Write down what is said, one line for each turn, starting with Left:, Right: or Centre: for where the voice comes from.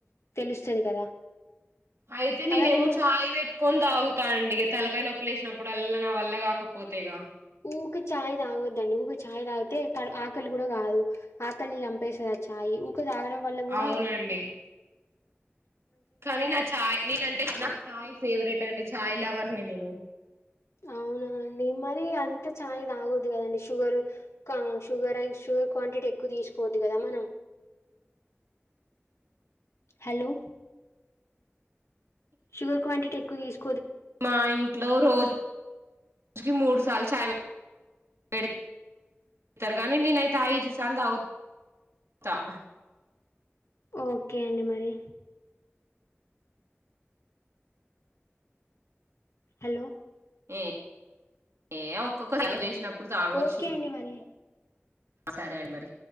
Left: తెలుస్తది కదా
Right: అయితే ననేేమో
Left: అలాగే మీరు
Right: చాయ్ వెట్కొన్ దాగుతా అండి తలకాయ నొప్పి లేశ్నప్పుడల్ల నా వల్ల కాకపోతేగా
Left: ఊక చాయ్ తాగొద్దండి ఊరి చాయ్ తాగితే క ఆకలి కూడా గాదు ఆకలిని చంపేస్తది ఛాయ్ ఊ తాగడం వల్ల గూడ
Right: అవునండి కానీ నా చఛాయ్ నేనంటే నాకు చఛాయ్ ఫేవరెట్ అండి చాయ్ లవర్ నేను
Left: అవునాండి మరి అంత చాయ్ తాగద్ కదండి షుగర్ షుగర్ షుగర్ క్వాంటిటీ ఎక్కువ తీసుకోవద్దు కదా మనం హలో షుగర్ క్వాంటిటీ ఎక్కువ తీసు
Right: మా ఇంట్లో రోజు జుకి మూడు సార్లు చాయ్ పెతారు కానీ నేనైతే ఐదు సార్లు తాగు త
Left: ఓకే అండి మరి హలో
Right: ఏ ఏ ఓకే ఒక్కొక్క సెలం వేసినప్పుడు తాగచ్చు
Left: ఓకే అండి మరి
Right: సరే అండి మరి